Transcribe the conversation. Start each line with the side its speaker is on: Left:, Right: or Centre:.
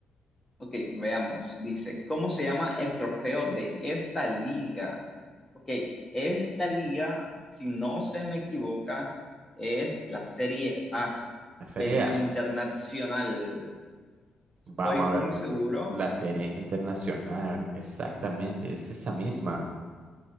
Left: Ok, veamos. Dice, ¿cómo se llama el trofeo de esta liga? Ok, esta liga, si no se me equivoca, es la Serie A,
Right: La Serie
Left: el
Right: A.
Left: Internacional. Estoy
Right: Vamos
Left: muy
Right: a ver,
Left: seguro
Right: la serie internacional, exactamente, es esa misma.